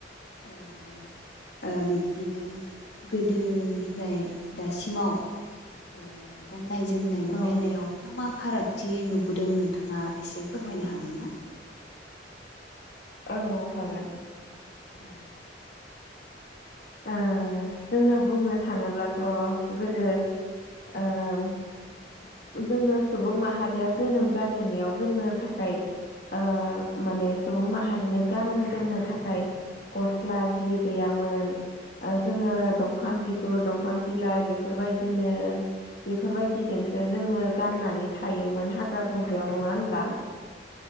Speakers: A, on the left (about 70°); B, on the left (about 55°).
A: औ दा ओ बिब्दिनो गोदोनिफ्राय दासिमाव ओ गाननाय-जोमनायनि
B: औ
A: बेलायाव मा मा फारागथि नुबोदों नोंथाङा एसे फोरमायनो हागोन ना?
B: औ हागोन।
A: औ
B: ओ जोङो बुंनो थाङोब्लाथ' गोदो ओ
A: औ
B: जोङो सुबुं माहारिया जोनोम जाजेननायाव जोंनो थाखाय ओ माने सुबुं माहारिनो गाननो-जोमनो थाखाय गस्ला जि गैयामोन। ओ जोङो दंफां बिगुर, दंफां बिलाइ बेफोरबायदिनो बेफोरबायदिजों सो जोङो गाननानै थायोमोन हाग्रा-बंग्रायाव नङा होनब्ला?